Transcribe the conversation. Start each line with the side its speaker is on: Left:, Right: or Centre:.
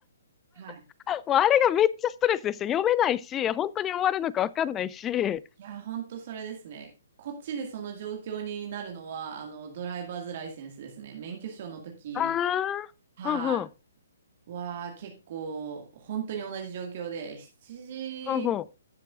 Right: はい。
Left: <laughs> もうあれがめっちゃストレスでした。読めないし、本当に終わるのかわかんないし。
Right: いや、ほんとそれですね。こっちでその状況になるのは、あの、ドライバーズライセンスですね。免許証の時、
Left: ああ、
Right: は
Left: うんうん、
Right: い。は、結構、本当に同じ状況で、7
Left: うん
Right: 時、